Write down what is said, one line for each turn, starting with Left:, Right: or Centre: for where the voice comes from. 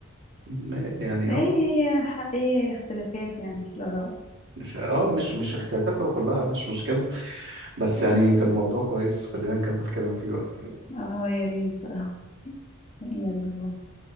Right: ما- يعني
Left: ايه
Right: اه
Left: هي حقيقة اختلافات يعني في الاراء
Right: مش اه مش مش اختلافات وكلها مش مشكلة بس يعني
Left: امم
Right: كان موضوع كويس خلينا نكمل كلام فيه بقى
Left: اه يا ريت <laughs> يلا باي.